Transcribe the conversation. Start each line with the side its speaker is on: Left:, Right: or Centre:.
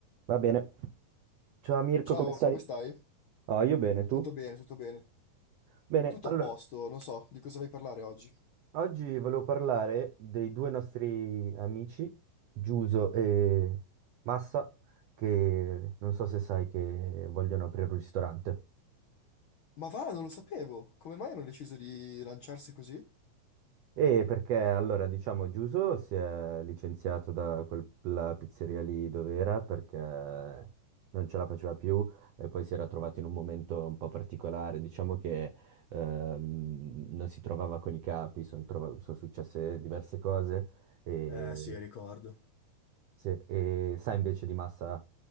Right: Va bene. Ciao Mirko,
Left: Ciao,
Right: come stai?
Left: come stai?
Right: Ah, io bene, tu?
Left: Tutto bene, tutto bene.
Right: Bene,
Left: Tutto
Right: allora,
Left: a posto, non so di cosa vai a parlare oggi.
Right: oggi volevo parlare dei due nostri amici, Giuso e Massa, che non so se sai che vogliono aprire un ristorante.
Left: Ma va, non lo sapevo. Come mai hanno deciso di lanciarsi così?
Right: E perché allora diciamo Giuso si è licenziato da quella pizzeria lì dove era perché non ce la faceva più e poi si era trovato in un momento un po' particolare, diciamo che ehm, non si trovava con i capi, son trova- sono successe diverse cose e,
Left: Eh sì, ricordo.
Right: sì, e sa invece di Massa